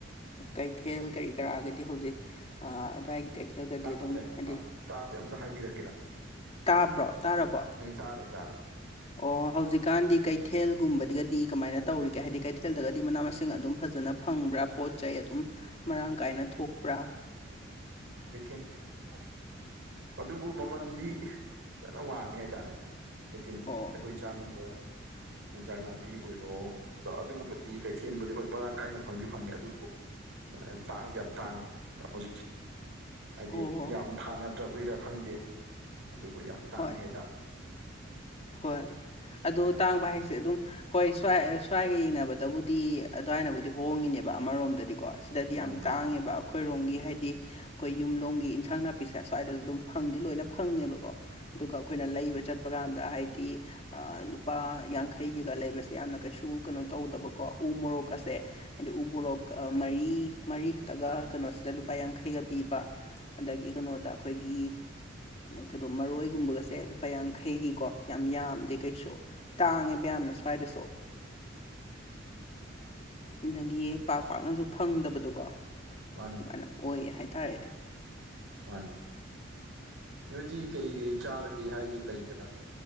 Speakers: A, on the left (about 35°); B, on the right (about 75°).
A: ꯀꯩꯊꯦꯜ ꯀꯔꯤ ꯀꯔꯥꯑꯒꯗꯤ ꯍꯧꯖꯤꯛ ꯑꯗꯨꯋꯥꯏꯒꯤ ꯀꯩꯊꯦꯜꯒꯗꯤ
B: ꯇꯥꯗ꯭ꯔꯦ
A: ꯑꯗꯨꯝ ꯍꯥꯏꯗꯤ
B: ꯑ ꯇꯥꯗꯦ ꯑꯝꯇ ꯍꯥꯏꯕꯤꯔꯛꯀꯦꯔ꯫
A: ꯇꯥꯕ꯭ꯔꯣ ꯇꯥꯔꯥꯕꫭ
B: ꯇꯥꯔꯦ ꯇꯥꯔꯦ
A: ꯑꯣ ꯍꯧꯖꯤꯛꯀꯥꯟꯗꯤ ꯀꯩꯊꯦꯜꯒꯨꯝꯕꯗꯒꯗꯤ ꯀꯃꯥꯏꯅ ꯇꯧꯔꯤꯒꯦ ꯍꯥꯏꯗꯤ ꯀꯩꯊꯦꯜꯗꯒꯗꯤ ꯃꯅꯥ ꯃꯁꯤꯡ ꯑꯗꯨꯝ ꯐꯖꯅ ꯐꯪꯕ꯭ꯔꯥ ꯄꯣꯠ ꯆꯩ ꯑꯗꯨꯝ ꯃꯔꯥꯡ ꯀꯥꯏꯅ ꯊꯣꯛꯄ꯭ꯔꯥ
B: ꯑꯩꯀ ꯍꯣꯏ ꯑꯗꯨꯕꯨ ꯃꯃꯜꯗꯤ ꯐꯖꯅ ꯋꯥꯡꯉꯦ ꯍꯥꯏꯇꯥꯔꯦ ꯑꯩꯇꯤꯟ
A: ꯑꯣ
B: ꯑꯩꯈꯣꯏ ꯆꯥꯅꯤꯡꯕ ꯌꯦꯟꯖꯥꯡ ꯅꯥꯄꯤ ꯑꯣꯏꯔꯣ ꯑꯗꯣ ꯑꯗꯨꯒꯨꯝꯕꯗꯤ ꯀꯩꯊꯦꯜꯕꯨꯗꯤ ꯍꯣꯏ ꯃꯔꯥꯡ ꯀꯥꯏꯅ ꯐꯪꯗꯤ ꯐꯪꯉꯤ ꯑꯗꯨꯕꯨ ꯇꯥꯡ ꯌꯥꯝ ꯇꯥꯡꯉꯤ ꯍꯧꯖꯤꯛꯁꯦ ꯍꯥꯏꯗꯤ
A: ꯑꯣ
B: ꯌꯥꯝ ꯊꯥꯅꯗ꯭ꯔꯕꯔꯥ ꯈꯪꯗꯦ ꯑꯗꯨꯕꯨ ꯌꯥꯝ ꯇꯥꯡꯉꯦ
A: ꯍꯣꯏ
B: ꯍꯥꯏꯇꯥꯔ
A: ꯍꯣꯏ ꯑꯗꯣ ꯇꯥꯡꯕ ꯍꯥꯏꯁꯦ ꯑꯗꯨꯝ ꯍꯣꯏ ꯁ꯭ꯋꯥꯏ ꯁ꯭ꯋꯥꯏꯒ ꯌꯦꯡꯅꯕꯗꯕꯨꯗꯤ ꯑꯗꯨꯋꯥꯏꯅꯕꯨꯗꯤ ꯍꯣꯡꯉꯤꯅꯦꯕ ꯑꯃꯔꯣꯝꯗꯗꯤꯀꯣ ꯁꯤꯗꯗꯤ
B: ꯃꯥꯅꯤ
A: ꯌꯥꯝ
B: ꯃꯥꯅꯤ
A: ꯇꯥꯡꯉꯦꯕ ꯑꯩꯈꯣꯏꯔꯣꯝꯒꯤ ꯍꯥꯏꯗꯤ ꯑꯩꯈꯣꯏ ꯌꯨꯝꯂꯣꯡꯒꯤ ꯏꯟꯁꯥꯡ ꯅꯥꯄꯤꯁꯦ ꯁꯋꯥꯏꯗꯁꯨ ꯑꯗꯨꯝ ꯐꯪꯗꯤ ꯂꯣꯏꯅ ꯐꯪꯉꯦꯕꯀꯣ ꯑꯗꯨꯒ ꯑꯩꯈꯣꯏꯅ ꯂꯩꯕ ꯆꯠꯄ ꯀꯥꯟꯗ ꯍꯥꯏꯗꯤ ꯂꯨꯄꯥ ꯌꯥꯡꯈꯩꯒꯤꯒ ꯂꯩꯕꯁꯦ ꯌꯥꯝꯅ ꯀꯩꯁꯨ ꯀꯩꯅꯣ ꯇꯧꯗꯕꯀꯣ ꯎ ꯃꯣꯔꯣꯛꯀꯁꯦ ꯎꯃꯨꯔꯣꯛ ꯃꯔꯤ ꯃꯔꯤ ꯈꯛꯇꯒ ꯀꯩꯅꫭꯁꯤꯗ ꯂꯨꯄꯥ ꯌꯥꯡꯈꯩꯒ ꯄꯤꯕ ꯑꯗꯒꯤ ꯀꯩꯅꯣꯗ ꯑꯩꯈꯣꯏꯒꯤ ꯀꯩꯅꯣ ꯃꯔꯣꯏꯒꯨꯝꯕꯒꯁꯦ ꯂꯨꯄꯥ ꯌꯥꯡꯈꯩꯒꯤꯀꯣ ꯌꯥꯝ ꯌꯥꯝꯗꯦ ꯀꯩꯁꯨ ꯇꯥꯡꯉꯦ ꯃꯌꯥꯝꯅ ꯁ꯭ꯋꯥꯏꯗꯁꯨ ꯑꯗꯒꯤ ꯄꯥꯛ ꯄꯥꯛꯅꯁꯨ ꯐꯪꯗꯕꯗꯣꯀꯣ
B: ꯃꯥꯅꯦ
A: ꯑꯗꯨꯃꯥꯏꯅ ꯑꯣꯏꯌꯦ ꯍꯥꯏꯇꯥꯔꯦꯅꯦ
B: ꯃꯥꯅꯤ ꯅꯣꯏꯗꯤ ꯀꯩ ꯀꯩ ꯆꯥꯔꯒꯦ ꯍꯥꯏꯗꯤ ꯂꯩꯗꯅ